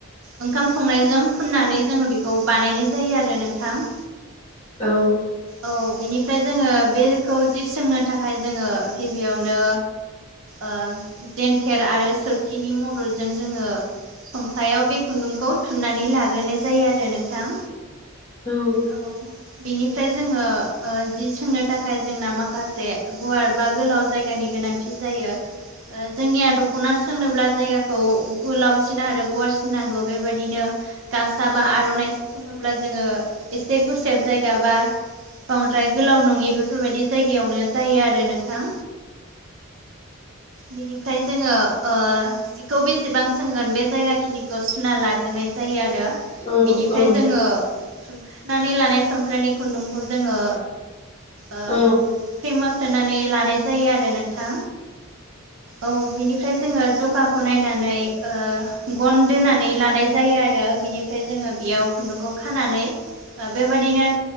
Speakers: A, on the right; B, on the left.
A: ओंखाम संनायजों फुननानै जोङो बेखौ बानायनाय जायो आरो नोंथां।
B: औ-
A: औ बिनिफ्राय जोङो बेखौ जि सोंनो थाखाय जोङो गिबियावनो ओ जेेनथेर आरो सोरखिनि मददजों जोङो सफ्लायाव बे खुन्दुंखौ थुननानै लाग्रोनाय जायो आरो नोंथां
B: औ
A: औ बेनिफ्राय जोङो ओ जि सोंनो थाखाय जोंना माखासे गुवार बा गोलाव जायगानि गोनांथि जायो। ओ जोंनिया दख'ना सोंनोब्ला जायगाखौ गोलावसिन आरो गुवारसिन नांगौ बेबायदिनो गामसा बा आर'नाइ सोङोब्ला जोङो एसे गुसेब जायगा बा बांद्राय गोलाव नङि बेफोरबायाददि जायगायावनो जायो आरो नोंथां। बिनिफ्राय जोङो ओ जिखौ बेसेबां सोंगोन बे जायगा खिनिखौ सुना लाग्रोनाय जायो आरो
B: औ
A: बेनिफ्राय
B: औ
A: जोङो थुखानानै लानाय समफ्लानि खुन्दुंखौ जोङो ओ
B: औ
A: फ्रेमाव सोनानै लानाय जायो आरो नोंथां औ बिनिफ्राय जोङो जखाखौ नायनानै ओ गन दोनानै लानाय जायो आरो बिनिफ्राय जोङो इयाव खुन्दुंखौ खानानै ओ बेबादिनो